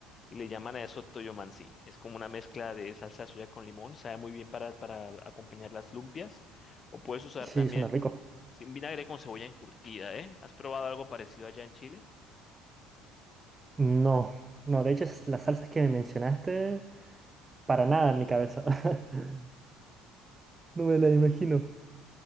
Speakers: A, on the left; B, on the right.
A: y le llaman a eso toyomansi. Es como una mezcla de salsa de soya con limón, sabe muy bien para, para acompañar las lumpias. O puedes usar
B: Sí,
A: también
B: suena rico.
A: sin vinagre con cebolla encurtida, ¿eh? ¿Has probado algo parecido allá en Chile?
B: No, no, de hecho es las salsas que me mencionaste, para nada en mi cabeza. <laughs> No me la imagino.